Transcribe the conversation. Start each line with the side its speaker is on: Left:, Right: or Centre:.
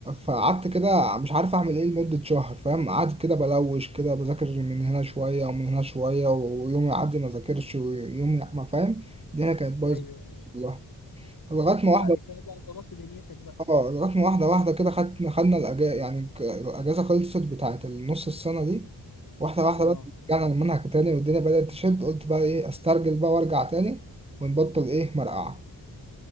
Right: فقعدت كده مش عارف اعمل ايه لمدة شهر فاهم قعدت كده بلوش كده بذاكر من هنا شوية ومن هنا شوية ويوم يعدي ما ذاكرش ويوم ما فاهم الدنيا كانت بايظة
Left: ايوه أيوة.
Right: والله لغاية
Left: بس
Right: ما واحدة
Left: بعد كده بقى ظبطت دنيتك بقى
Right: اه لغاية ما واحدة واحدة كده خدنا خدنا الأجازة يعني ك- الأجازة خلصت بتاعت النص السنة دي واحدة واحدة
Left: اه
Right: بقى رجعنا المنهج تاني والدنيا بدأت تشد قلت بقى ايه استرجل بقى وارجع تاني ونبطل ايه مرقعة